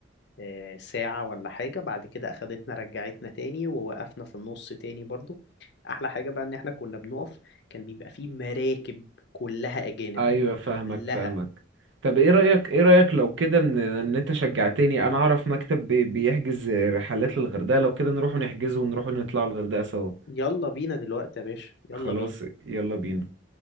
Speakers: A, on the left; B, on the right.
A: آه، ساعة ولا حاجة بعد كده أخدتنا رجعتنا تاني ووقفنا في النص تاني برضو أحلى حاجة بقى إن احنا كنا بنقف كان بيبقى فيه مراكب كلها أجانب
B: ايوه فاهمك
A: كلها
B: فاهمك طب ايه رأيك ايه رأيك لو كده ان ان انت شجعتني انا اعرف مكتب بي- بيحجز رحلات للغردقة لو كده نروح نحجزه ونروح نطلع الغردقة سوا
A: يلا بينا دلوقتي يا باشا يلا
B: خلاص
A: بينا
B: يلا بينا